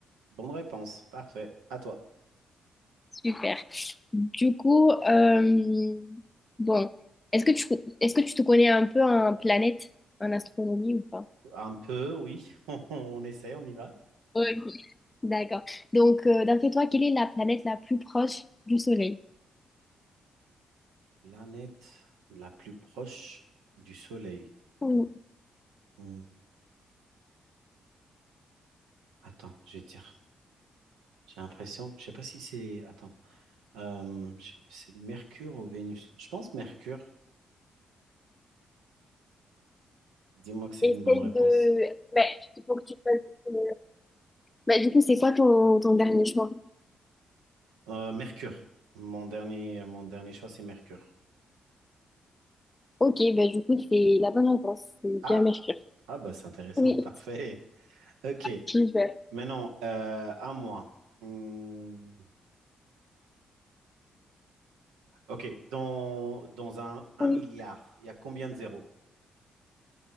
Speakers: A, on the right; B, on the left.
A: bonne réponse, parfait. À toi.
B: Super. Du coup, euh, bon, est-ce que tu est-ce que tu te connais un peu en planète, en astronomie ou pas?
A: Un peu, oui. <laughs> On, on essaie, on y va.
B: Ok. D'accord. Donc, euh, d'après toi, quelle est la planète la plus proche du Soleil?
A: Planète la plus proche du Soleil.
B: Mm.
A: Hmm, Attends, je vais te dire. J'ai l'impression, je sais pas si c'est. Attends, Euh, je- c'est Mercure ou Vénus? Je pense Mercure. Dis-moi que c'est
B: Essaye
A: une bonne réponse.
B: de... Ben, il faut que tu fasses... euh, Bah, du coup, c'est quoi ton, ton dernier choix?
A: Euh, Mercure. Mon dernier, mon dernier choix, c'est Mercure.
B: Ok, bah, du coup, c'est la bonne réponse. C'est
A: Ah,
B: bien Mercure.
A: ah bah c'est intéressant,
B: Oui,
A: parfait. Ok,
B: je vais.
A: maintenant euh, à moi. Hmm, Ok, dans, dans un, un
B: Oui.
A: milliard, il y a combien de zéros?